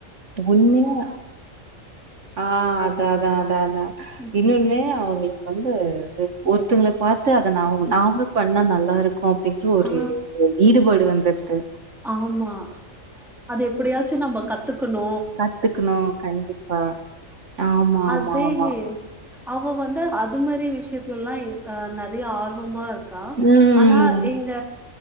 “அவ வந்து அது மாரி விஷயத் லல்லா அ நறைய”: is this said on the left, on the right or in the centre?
Centre